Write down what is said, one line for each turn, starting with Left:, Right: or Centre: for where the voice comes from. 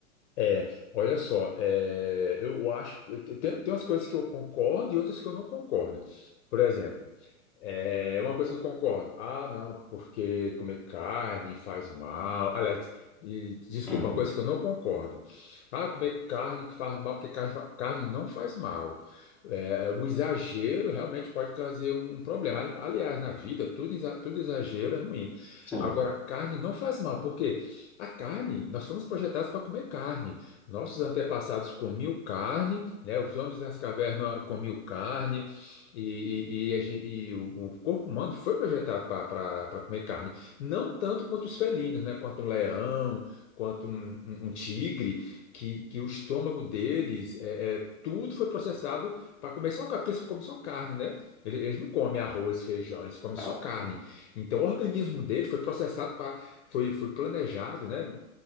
Left: É, olha só, é, eu acho, tem, tem umas coisas que eu concordo e outras que eu não concordo. Por exemplo, é uma coisa que eu concordo. Ah, não, porque comer carne faz mal. Aliás, e, desculpa,
Centre: Hum,
Left: uma coisa que eu não concordo. Ah, comer carne que faz mal, porque carne, fa- carne não faz mal. É, o exagero realmente pode trazer um, um problema. Ali- Aliás, na vida, tudo, exa- tudo exagero é ruim.
Centre: sim.
Left: Agora, carne não faz mal, porque a carne, nós fomos projetados para comer carne. Nossos antepassados comiam carne, né? Os homens das cavernas comiam carne. E, e- e a gen- e o o corpo humano foi projetado para comer carne. Não tanto quanto os felinos, né? Quanto um leão, quanto um, um- um tigre, que, que o estômago deles, é, é, tudo foi processado para comer só carne, porque eles comem só carne, né? Ele- Eles não comem arroz, feijão, eles comem
Centre: Ah,
Left: só carne. Então o organismo dele foi processado para, foi, foi planejado, né?